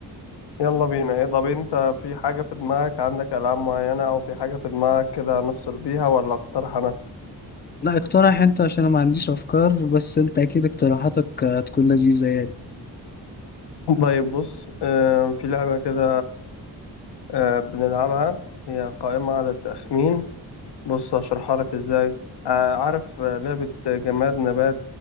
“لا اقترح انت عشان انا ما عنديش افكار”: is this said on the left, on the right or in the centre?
Left